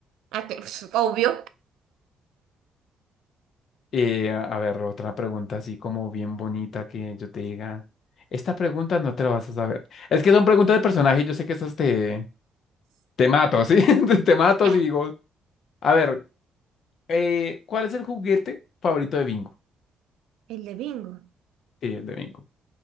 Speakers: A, on the right (about 85°); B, on the left (about 65°).
A: ah, que- pf, obvio.
B: Eh, a ver, otra pregunta así como bien bonita que yo te diga. Esta pregunta no te la vas a saber. Es que son preguntas de personaje y yo sé que esas te, te mato, ¿sí? <laughs> Te te mato
A: Ya,
B: y digo, a ver, eh, ¿cuál es el juguete favorito de Bingo?
A: El de bingo.
B: Sí, el de Bingo.